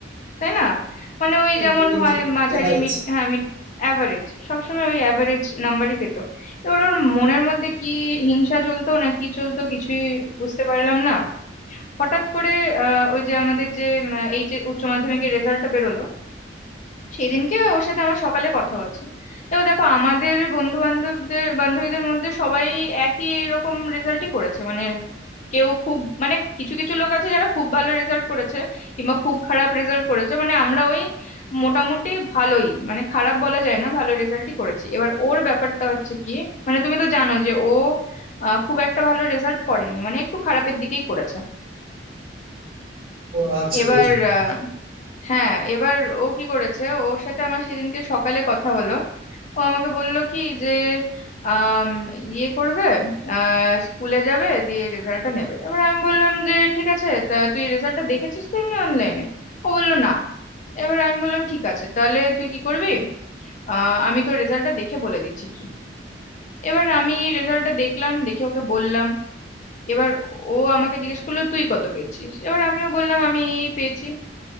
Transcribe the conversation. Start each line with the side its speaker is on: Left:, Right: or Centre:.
Left: তাই না মানে ওই যেমন
Right: মিডিয়াম
Left: হয়
Right: ছিল
Left: মাঝারি
Right: এভারেজ
Left: মিড হ্যাঁ মিড অ্যাভারেজ সবসময় ওই অ্যাভারেজ নাম্বারই পেতো এবার ওর মনের মধ্যে কি হিংসা চলতো না কি চলতো কিছুই বুঝতে পারলাম না হঠাৎ করে আহ, ওই যে আমাদের যে এইচ উচ্চ মাধ্যমিকের রেজাল্টটা বেরোলো সেই দিনকে ওর সাথে আমার সকালে কথা হয়েছে এবার দেখো আমাদের বন্ধু বান্ধবদের বান্ধবীদের মধ্যে সবাই একই রকম রেজাল্টই করেছে মানে কেউ খুব মানে কিছু কিছু লোক আছে যারা খুব ভালো রেজাল্ট করেছে কিংবা খুব খারাপ রেজাল্ট করেছে মানে আমরা ওই মোটামুটি ভালোই মানে খারাপ বলা যায় না ভালো রেজাল্টই করেছি এবার ওর ব্যাপারটা হচ্ছে কি মানে তুমি তো জানো যে ও আহ, খুব একটা ভালো রেজাল্ট করেনি মানে একটু খারাপের দিকেই করেছে
Right: ও আচ্ছা
Left: এবার
Right: বুঝলি
Left: আহ, হ্যাঁ এবার ও কি করেছে ওর সাথে আমার সেদিনকে সকালে কথা হলো ও আমাকে বলল কি যে আম, ইয়ে করবে আহ, স্কুলে যাবে দিয়ে রেজাল্টটা নেবে এবার আমি বললাম যে ঠিক আছে তা তুই রেজাল্টটা দেখেছিস তো এমনি অনলাইনে ও বলল না এবার আমি বললাম ঠিক আছে তাহলে তুই কি করবি আহ আমি তো রেজাল্টটা দেখে বলে দিচ্ছি কি এবার আমি রেজাল্টটা দেখলাম দেখে ওকে বললাম এবার ও আমাকে জিজ্ঞেস করলো তুই কত পেয়েছিস এবার আমিও বললাম আমি এই পেয়েছি